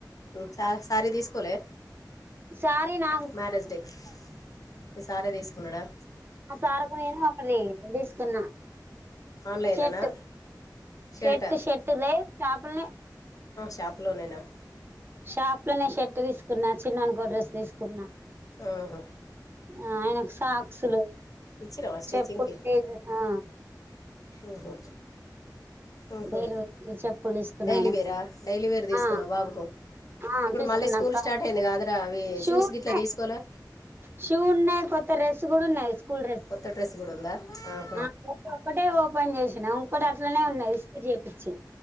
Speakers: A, on the left (about 50°); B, on the right (about 30°).
A: ఊ చా సారీ తీసుకోలే
B: సారీ నా
A: మ్యారేజ్ డే కి మీ సారే తీసుకున్నాడా
B: ఆ సారుకు నేను అక్కడిది తీసుకున్నా
A: ఆన్లైన్లోనా
B: చెట్టు
A: షర్టా
B: షెట్టు షెట్టు దే షాపులనే
A: షాప్లోనేనా
B: షాప్ లోనే షెర్ట్ తీసుకున్నా చిన్నోనుకో డ్రెస్ తీసుకున్నా
A: ఆహా
B: ఆ ఆయనకు సాక్సులు
A: ఇచ్చినవా స్టిచ్చింగ్
B: చెప్పులు
A: కి
B: డైలీ ఆ
A: ఊహూ ఊహూ
B: డైలీవేర్కి చెప్పులు తీసుకున్నా
A: డైలీవేరా
B: ఆయనకి
A: డైలీవేర్ తీసుకున్నావు
B: ఆ
A: బాబుకు
B: ఆ
A: ఇప్పుడు
B: తీసుకున్నాక్క
A: మళ్ళీ స్కూల్ స్టార్ట్ అయింది కాదరా అవి
B: షూ
A: షూస్ గిట్లా
B: ఉన్నాయి
A: తీసుకోలా
B: షూ ఉన్నాయి కొత్త రెస్ కూడా ఉన్నాయి స్కూల్ డ్రెస్
A: కొత్త కూడా ఉందా ఊ
B: <inaudible> ఒక్కటే ఓపెన్ చేసినా ఉంకోటి అట్లనే ఉన్నయి స్టిచ్ చేపిచ్చి